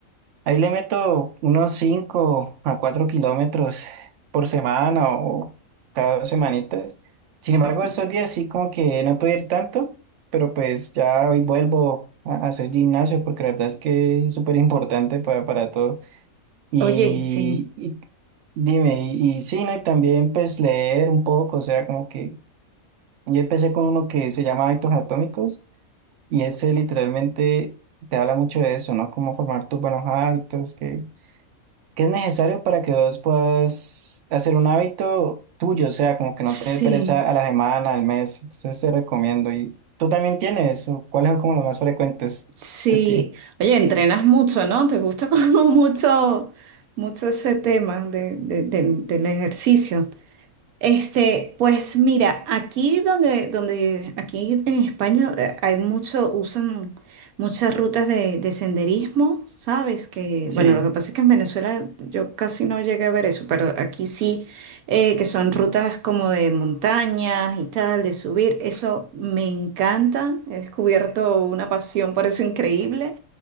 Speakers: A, on the right; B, on the right.
A: ahí le meto unos 5 a 4 kilómetros por semana o cada dos semanitas. Sin embargo,
B: O-
A: estos días sí como que no puedo ir tanto, pero pues ya hoy vuelvo a a hacer gimnasio porque la verdad es que es súper importante para, para todo. Y,
B: Oye, sí,
A: y dime, y, y sí, ¿no? Y también pues leer un poco, o sea, como que yo empecé con uno que se llama Hábitos Atómicos y ese literalmente te habla mucho de eso, ¿no? Cómo formar tus buenos hábitos, que, que es necesario para que vos puedas hacer un hábito tuyo, o sea, como que
B: sí,
A: no te dé pereza a la semana, al mes. Entonces te recomiendo. ¿Y tú también tienes? ¿O ¿Cuáles son como los más frecuentes
B: sí.
A: de ti?
B: Oye, entrenas mucho, ¿no? ¿Te gusta como <laughs> mucho, mucho ese tema de, de- de- del ejercicio? Este, pues mira, aquí donde, donde, aquí en España eh, hay mucho, usan muchas rutas de, de senderismo, ¿sabes? Que,
A: Sí,
B: bueno, lo que pasa es que en Venezuela yo casi no llegué a ver eso, pero aquí sí, eh, que son rutas como de montañas y tal, de subir, eso me encanta, he descubierto una pasión por eso increíble.